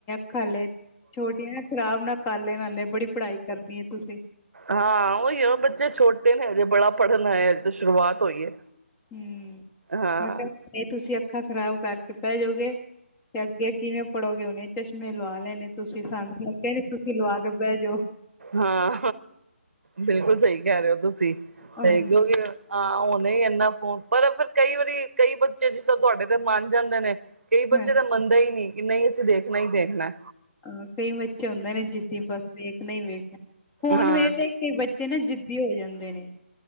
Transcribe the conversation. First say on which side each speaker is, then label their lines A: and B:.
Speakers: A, on the left; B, on the right.
A: ਖਾਲੇ ਛੋਟੀਆਂ ਖਰਾਬ ਨਾ ਕਰ ਲਏ ਹਲੇ ਬੜੀ ਪੜ੍ਹਾਈ ਕਰਨੀ ਹੈ ਤੁਸੀਂ
B: ਹਾਂ ਉਹੀ ਆ ਬੱਚੇ ਛੋਟੇ ਨੇ ਹਜੇ ਬੜਾ ਪੜਨਾ ਆਇਆ ਤਾਂ ਸ਼ੁਰੂਆਤ ਹੋਈ ਹੈ
A: ਹਮ
B: ਹਾਂ
A: ਮੈਂ ਕਿਹਾ ਤੁਸੀਂ ਅੱਖਾਂ ਖ਼ਰਾਬ ਕਰਕੇ ਪੈ ਜਾੋਗੇ ਤੇ ਅੱਗੇ ਕਿਵੇਂ ਪੜੋਗੇ ਉਹਨੇ ਚਸ਼ਮੇ ਲਵਾ ਲੈਣੇ ਤੁਸੀਂ ਸਾਨੂੰ ਲੱਗਿਆ ਨੀ ਤੁਸੀਂ ਲਵਾ ਕੇ ਬਹਿ ਜਾਓ
B: ਹਾਂ ਬਿਲਕੁਲ ਸਹੀ ਕਹਿ ਰਹੇ ਹੋ ਤੁਸੀਂ
A: ਹਾਂਜੀ
B: ਹੈਗੇ ਹੋਗੇ ਹੋ ਹਾਂ ਉਹਣੇ ਇਨਾ ਫੋਨ ਪਰ ਫਿਰ ਕਈ ਵਾਰੀ ਕਈ ਬੱਚੇ ਜਿਸ ਤਰ੍ਹਾਂ ਤੁਹਾਡੇ ਤੇ ਮੰਨ ਜਾਂਦੇ ਨੇ ਕਈ
A: ਹਾਂਜੀ
B: ਬੱਚੇ ਤਾਂ ਮੰਨਦਾ ਹੀ ਨਹੀਂ ਕਿ ਨਹੀਂ ਅਸੀਂ ਦੇਖਣਾ ਹੀ ਦੇਖਣਾ
A: ਹਾਂ ਕਈ ਬੱਚੇ ਹੁੰਦੇ ਨੇ ਜਿੱਦੀ ਬਸ ਵੇਖ ਨਹੀਂ ਵੇਖ ਫੋਨ
B: ਹਾਂ
A: ਵੇਰ ਦੇ ਕਈ ਬੱਚੇ ਨਾ ਜਿੱਦੀ ਹੋ ਜਾਂਦੇ ਨੇ